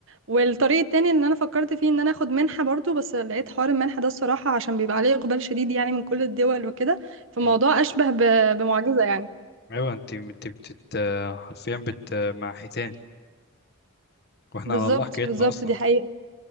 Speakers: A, on the right; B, on the left.
A: والطريق التاني ان انا فكرت فيه ان انا اخد منحه برضو بس لقيت حوار المنحه ده الصراحه عشان بيبقى عليه اقبال شديد يعني من كل الدول وكده فالموضوع
B: مم.
A: اشبه ب- بمعجزه يعني
B: ايوه انت انت بتت حرفيا بت مع حيتان واحنا
A: بالظبط
B: على الله حكايتنا
A: بالظبط
B: اصلا
A: دي حقيقه